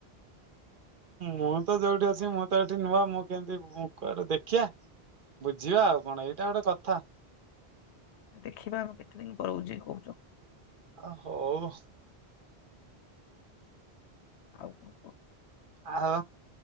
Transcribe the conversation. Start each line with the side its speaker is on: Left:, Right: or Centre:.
Right: ମୁଁ ତ ଯୋଉଠି ଅଛି, ମୁଁ ତ ଏଠି ନୂଆ, ମୁଁ କେମିତି କୁଆଡେ ଦେଖିବା? ବୁଝିବା ଆଉ କଣ? ଏଇଟା ଗୋଟେ କଥା।
Left: ଦେଖିବା, ଆମ କେତେ ଦିନ ପଳଉଛି କହୁଛୁ?
Right: ଆ ହଉ।
Left: ଆଉ କଣ କୁହ?
Right: ଆଉ